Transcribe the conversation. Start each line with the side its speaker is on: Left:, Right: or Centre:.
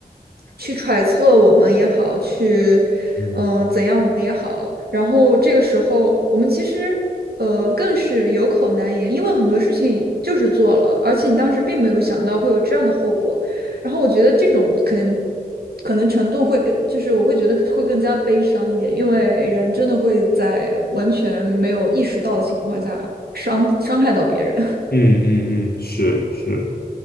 Right: 去揣测我们也好，去
Left: 嗯，
Right: 嗯、呃怎样我们也好，然后这个时候我们其实呃更是有口难言，因为很多事情就是做了，而且你当时并没有想到会有这样的后果，然后我觉得这种可能。可能程度会更，就是我会觉得会更加悲伤一点，因为人真的会在完全没有意识到的情况下伤伤害到别人。
Left: 嗯嗯，嗯，是是，